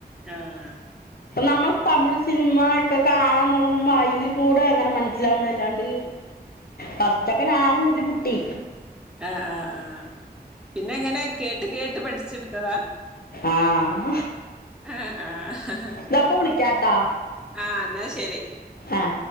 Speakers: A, in the centre; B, on the left.
A: ആഹ്
B: നമ്മൾ തമിഴ് സിന സിനിമ ഒക്കെ കാണാൻ തുടങ്ങുമ്പോ അതിൽ കൂടെ അങ്ങനെ മനസ്സിലാവണം അല്ലാണ്ട് ഫസ്റ്റ്ക്കെ ഞാനും ബുദ്ധിമുട്ടി
A: ആഹ് ആഹ് ആഹ് പിന്നെ എങ്ങനെ കേട്ട് കേട്ട് പഠിച്ചെടുത്തതാ
B: ആഹ
A: ആഹ് ആഹ്
B: ഇതപ്പ വിളികാട്ടാ
A: ആഹ് എന്നാ ശരി
B: ആഹ